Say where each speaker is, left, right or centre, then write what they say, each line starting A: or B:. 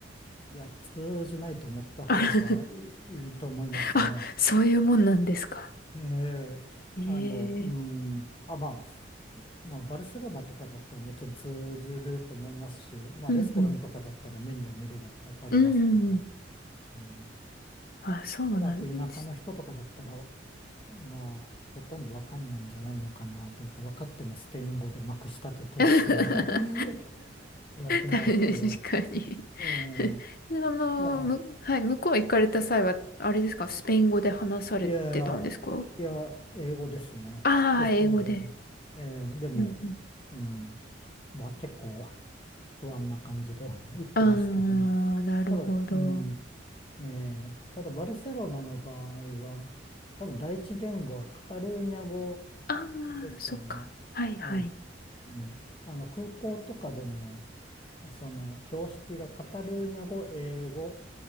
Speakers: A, on the left; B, on the left.
A: いや、通じないと思った方がいい、
B: あ <laughs>
A: いいと思いますね。
B: あ、そういうもんなんですか。
A: ええ、
B: ええ
A: あの、うん。あ、まあ、まあ、バルセロナとかだったらもちろん通じると思いますし、まあ、
B: うんうん。
A: レストランとかだったらメニュー見ればわかりますけど。
B: うんうんうん。
A: うん
B: あ、そうなんです。
A: おそらく田舎の人とかだったら、まあ、ほとんどわかんないんじゃないのかなというか、分かってもスペイン語でまくし立ててきそうな
B: <laughs> 確
A: <laughs> 気がしますけど、
B: かに
A: ええ
B: <laughs> であの、
A: いや、
B: む、はい、向こう行かれた際は、あれですか、スペイン語で話されてたんですか
A: いやいや、いや、英語ですね。
B: ああー、
A: ですので、
B: 英語で。
A: ええでも、
B: うん
A: うん、まあ結構不安な感じで <laughs> 言ってましたね。
B: うん。ああ、なるほど。
A: ただ、うん、ええただバルセロナの場合は、多分第一言語はカタルーニャ語
B: あ
A: ですよね。
B: あ、そっか。はいはい。
A: ええ、うん。あの、空港とかでも、あその、標識がカタルーニャ語、英語、